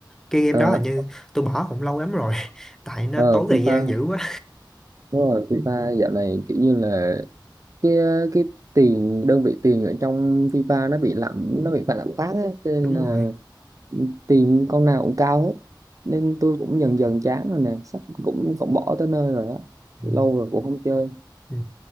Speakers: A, in the centre; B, on the right (about 45°).
A: cái game
B: Ờ,
A: đó hình như tôi bỏ cũng lâu lắm rồi <laughs> tại nó
B: ờ,
A: tốn thời
B: FIFA
A: gian dữ quá
B: đúng rồi FIFA dạo này kiểu như là cái cái tiền đơn vị tiền ở trong FIFA nó bị lạm nó bị phải lạm phát á cho nên
A: đúng
B: là
A: rồi
B: tiền con nào cũng cao hết nên tôi cũng dần dần chán rồi nè sắp cũng cũng bỏ tới nơi rồi á lâu
A: ừ.
B: rồi cũng không chơi
A: Ừ.